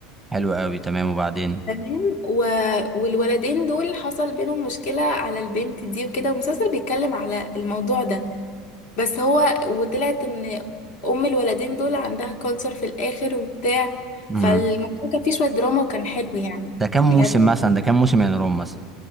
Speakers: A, in the centre; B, on the left.
A: حلو قوي تمام وبعدين
B: تمام و... والولدين دول حصل بينهم مشكلة على البنت دي وكده والمسلسل بيتكلم على الموضوع ده بس هو وطلعت ان ام الولدين دول عندها كانسر في الاخر وبتاع فالموضوع
A: امم
B: كان فيه شوية دراما وكان حلو يعني
A: ده كام موسم
B: بجد
A: مثلا ده كام موسم يا نوران مثلا